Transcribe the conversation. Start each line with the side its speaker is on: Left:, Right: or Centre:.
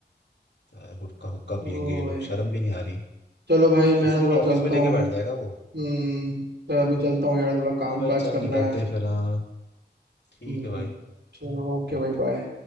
Left: तो हुक्का हुक्का पियेंगे
Right: ओए।
Left: ये लोग शर्म भी नहीं आ रही
Right: चलो भाई मैं
Left: किसी
Right: ना
Left: दिन
Right: थोड़ा
Left: ऑफिस
Right: चलता
Left: में लेके
Right: हूँ
Left: बैठ जाएगा वो
Right: हम्म तो अभी चलता हूँ यार थोड़ा काम
Left: चल भाई
Right: काज
Left: चल
Right: करना
Left: निकलते
Right: है
Left: हैं फिर हाँ ठीक
Right: हम्म
Left: है भाई
Right: चलो ओके
Left: ओके
Right: भाई बाय